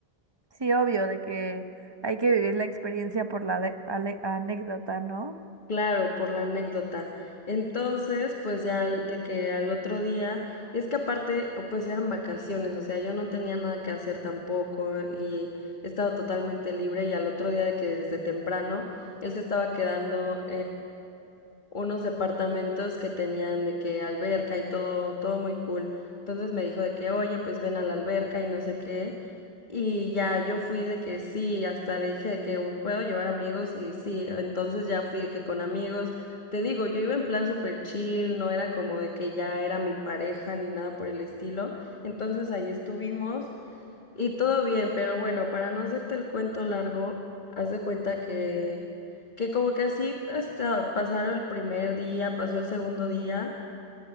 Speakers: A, on the right; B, on the left.
A: Sí, obvio, de que hay que vivir la experiencia por la de- ale- anécdota, ¿no?
B: Claro, por la anécdota. Entonces, pues ya al- de que al otro día, es que aparte, o pues eran vacaciones, o sea, yo no tenía nada que hacer tampoco y estaba totalmente libre y al otro día de que desde temprano él se estaba quedando unos departamentos que tenían de que alberca y todo, todo muy cool. Entonces me dijo de que, oye, pues ven a la alberca y no sé qué. Y ya yo fui de que sí, hasta le dije de que puedo llevar amigos y sí, entonces ya fui de que con amigos. Te digo, yo iba en plan super chill, no era como de que ya era mi pareja ni nada por el estilo. Entonces ahí estuvimos y todo bien, pero bueno, para no hacerte el cuento largo, haz de cuenta que, que como que así hasta pasaron el primer día, pasó el segundo día,